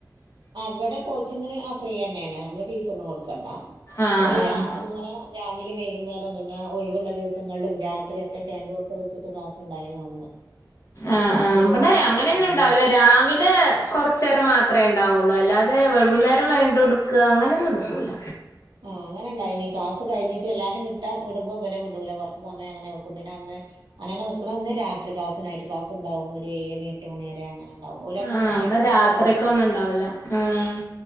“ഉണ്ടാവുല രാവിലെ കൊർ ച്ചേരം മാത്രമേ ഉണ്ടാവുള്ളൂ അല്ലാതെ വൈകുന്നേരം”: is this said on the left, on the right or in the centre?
Left